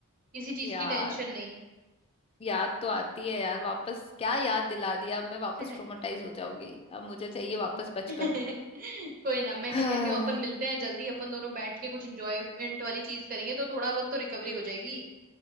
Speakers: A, on the right (about 40°); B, on the left (about 25°).
A: किसी चीज
B: यार
A: की टेंशन नहीं
B: याद तो आती है यार वापस क्या याद दिला दिया अब मैं वापस
A: <laughs>
B: ट्रोमेटाइज हो जाऊंगी अब मुझे चाहिए वापस बचपन
A: कोई ना मैं
B: हाँ
A: क्या कहती हूँ अपन मिलते हैं जल्दी अपन दोनों बैठ के कुछ एंजॉयमेंट वाली चीज करेंगे तो थोड़ा बहुत तो रिकवरी हो जाएगी